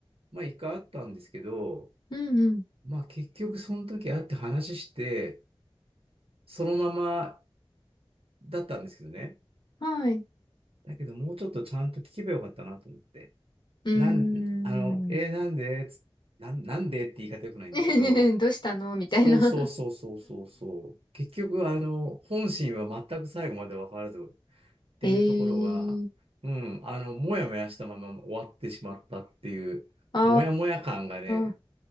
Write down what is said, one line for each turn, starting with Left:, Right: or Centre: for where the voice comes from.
Right: まあ一回会ったんですけど、
Left: うんうん。
Right: まあ結局その時会って話して、そのままだったんですけどね。
Left: はい。
Right: だけどもうちょっとちゃんと聞けばよかったなと思って。
Left: うーん。
Right: なん、あの、えーなんでつなん、なんでって言い方良くないんだけど、
Left: <laughs> どうしたのみたいな
Right: そうそうそうそうそうそう。結局、あの、本心は全く最後まで分からずっていうところは、
Left: <laughs> ええ
Right: うん、あの、もやもやしたまま終わってしまったっていう、
Left: あ
Right: もやもや感がね、
Left: あー、